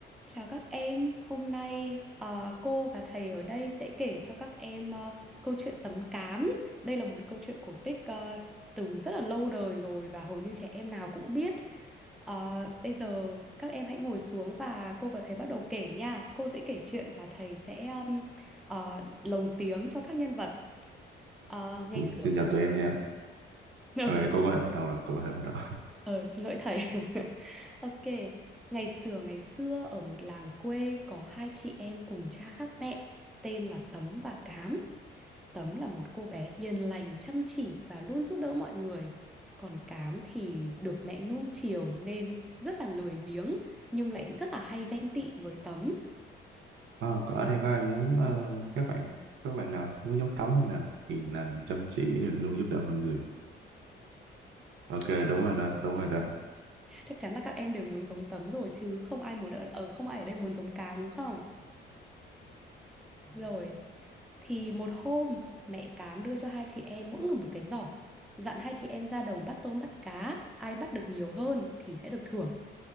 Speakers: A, in the centre; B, on the right.
A: Chào các em, hôm nay ờ, cô và thầy ở đây sẽ kể cho các em ờ, câu chuyện tấm cám. Đây là một câu chuyện cổ tích ờ, từ rất là lâu đời rồi và hầu như trẻ em nào cũng biết. Ờ, bây giờ các em hãy ngồi xuống và cô và thầy bắt đầu kể nha. Cô sẽ kể chuyện và thầy sẽ um, ờ, lồng tiếng cho các nhân vật. Ờ, ngày
B: Ừ,
A: xưa
B: xin
A: ngày
B: chào tụi em nha.
A: <laughs>
B: Ờ, cô có thể bắt đầu rồi, cô có thể bắt đầu.
A: Ờ, xin lỗi thầy. <laughs> Ok, ngày xưa ngày xưa ở một làng quê có hai chị em cùng cha khác mẹ, tên là Tấm và Cám. Tấm là một cô bé hiền lành, chăm chỉ và luôn giúp đỡ mọi người. Còn Cám thì được mẹ nuông chiều nên rất là lười biếng nhưng lại rất là hay ganh tị với Tấm.
B: Ờ, có ở
A: <laughs>
B: đây có ai muốn ờ, các bạn các bạn nào muốn giống Tấm không nào? Hiền lành, chăm chỉ, luôn giúp đỡ mọi người. Ok, đúng rồi đó, đúng rồi đó.
A: Chắc chắn là các em đều muốn giống Tấm rồi chứ không ai muốn ở, ở không ai ở đây muốn giống Cám đúng không? Rồi, Thì một hôm mẹ cám đưa cho hai chị em mỗi người một cái giỏ Dặn hai chị em ra đồng bắt tôm bắt cá Ai bắt được nhiều hơn thì sẽ được thưởng